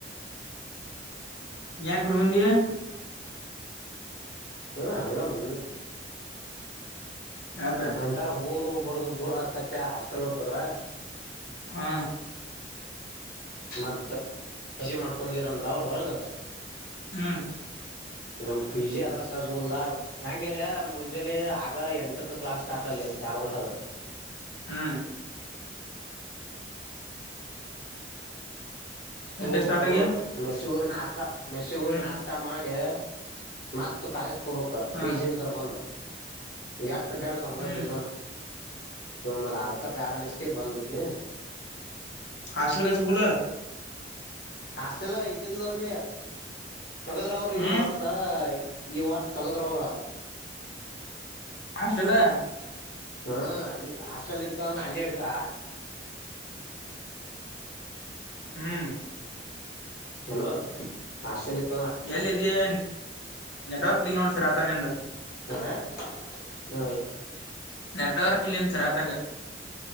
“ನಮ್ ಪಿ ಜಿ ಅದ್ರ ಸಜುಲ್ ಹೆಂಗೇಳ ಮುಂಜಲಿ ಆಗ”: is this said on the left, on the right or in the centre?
Left